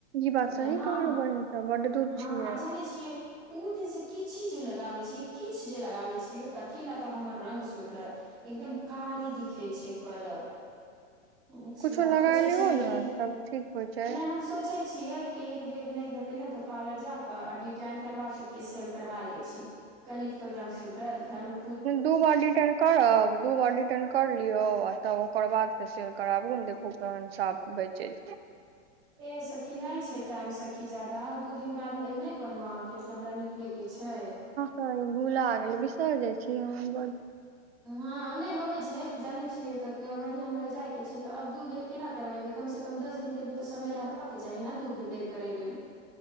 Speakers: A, on the right (about 55°); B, in the centre.
A: ई बात
B: तऽ कहै
A: सही
B: हँ
A: कहलहु बहिन तऽ बड धूप
B: हँ
A: छियै
B: आ जाने छियै ओ दिनसँ किछि जो ओ लगाबै छियै किछु जे लगाबै छियै कथी लए तऽ हमर रङ्ग सुधरत एकदम कारी दिखै छै कलर छियै कि
A: कुछो
B: आब
A: लगा
B: सोचै
A: लियौ
B: छियै
A: ने
B: कि
A: तब ठीक होइ छै
B: नहि हम सोचै छियै के एक बेर हेते ने त पार्लर जाके आ डिटाइन करबा के फेसियल करबा लै छी कनि तो रंग सुधर घरमे
A: दू बॉडीटर करब दू बार रिटर्न कर लियौ आ तब ओकर बाद फेर सेल कराबू ने देखू के सा बजेज <unintelligible>
B: ए सखी नहि छै टाइम सखी जादा दू दिन बाद नहि कहलहुं अहाँ के कि हमरा न लैके छै
A: ह भुला गेलै बिसरा जाइ छी हम बड
B: हँ नहि होबे छै जानै छियै तऽ वही हमरा जाय के छै तऽ आब दू बेर केना करबेबै कम से कम दस दिन के भी तऽ समय रहबबाक के चाही ने दूध बेर करे के लेल